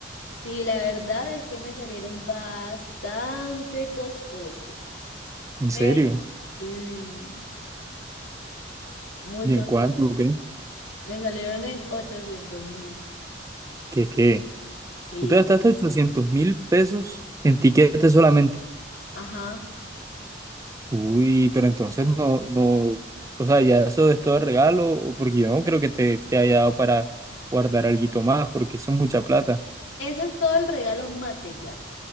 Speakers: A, on the left; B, on the right.
A: Sí, la verdad es que me salieron bastante costosos.
B: en serio.
A: Pero sí, muy
B: ¿Y
A: costosos.
B: en cuánto? ¿Qué?
A: Me salieron en ochocientos mil.
B: ¿Qué, qué?
A: Sí,
B: Tú te gastaste ochocientos mil pesos en tiquetes solamente.
A: ajá.
B: Uy, pero entonces no, no, o sea, ya eso es todo regalo, o porque yo no creo que te, te haya dado para guardar alguito más, porque eso es mucha plata.
A: Ese es todo el regalo material.